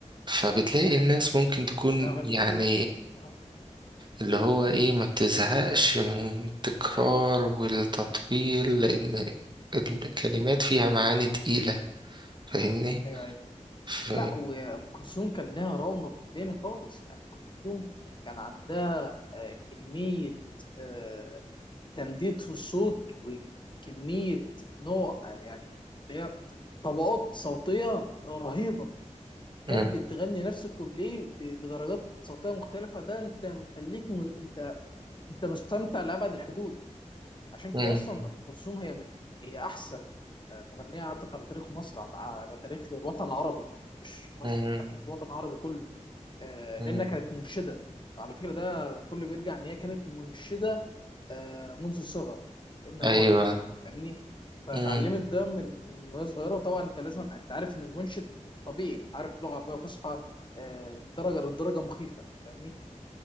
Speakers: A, on the right; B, on the left.
A: فبتلاقي الناس ممكن تكون
B: لها أغاني
A: يعني
B: كتير آه،
A: اللي هو إيه ما بتزهقش من التكرار والتطويل لأن الكلمات فيها معاني تقيلة فاهمني
B: أيوه أيوه
A: ف...
B: لا وأم كلثوم كان لها رونق تاني خالص يعني أم كلثوم كان عندها آه، كمية آه، تمديد في الصوت وكمية نوع آه، يعني اللي هي طبقات صوتية رهيبة
A: مم.
B: كانت بتغني نفس الكوبليه ب- بدرجات صوتية مختلفة ده انت مخليك م... انت انت مستمتع لأبعد الحدود عشان كده
A: مم.
B: أصلا أم كلثوم هي من هي أحسن آه، مغنية عدت على تاريخ مصر عم- على تاريخ الوطن العربي مش مصر
A: مم.
B: على تاريخ الوطن العربي كله آه،
A: مم.
B: لأنها كانت منشدة على فكرة ده كله بيرجع إن هي كانت منشدة آه، منذ الصغر إن أبوها
A: ايوه
B: كان كده فاهمني فاتعلمت
A: مم.
B: ده من من وهي صغيرة طبعا أنت لازم أنت عارف إن المنشد طبيعي عارف لغة عربية فصحى آه، لدرجة لدرجة مخيفة فاهمني